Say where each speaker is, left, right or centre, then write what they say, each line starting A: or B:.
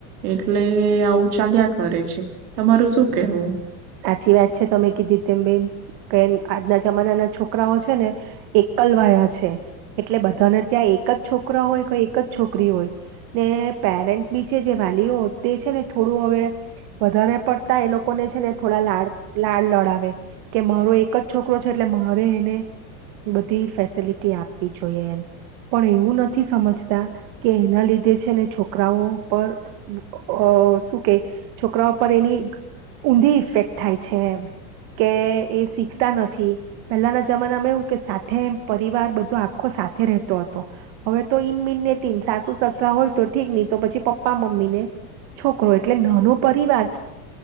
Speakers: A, on the right; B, on the right.
A: એટલે આવું ચાલ્યા કરે છે. તમારું શું કેહેવું?
B: સાચી વાત છે તમે કીધી તેમ બેેન કે આજના જમાનાના છોકરાઓ છે ને એકલવાયા છે એટલે બધાને ત્યાં એક જ છોકરા હોય કે એક જ છોકરી હોય ને પેરેન્ટ્સ બી છે જે વાલીઓ તે છે ને થોડું હવે વધારે પડતા એ લોકોને છે ને થોડા લાડ લાડ લડાવે કે મારો એક જ છોકરો છે એટલે મારે એને બધી ફેસિલિટી આપવી જોઈએ એમ પણ એવું નથી સમજતા કે એના લીધે છેને છોકરાઓ પર અ શું કે છોકરાઓ પર એની ઊંધી ઈફેક્ટ થાય છે એમ કે એ શીખતા નથી. પહેલાના જમાનામાં એવું કે સાથે પરિવાર બધો આખો સાથે રહેતો હતો. હવે તો ઈનમિનને તીન સાસુ, સસરા હોય તો ઠીક નહી તો પછી પપ્પા, મમ્મીને, છોકરો એટલે નાનો પરિવાર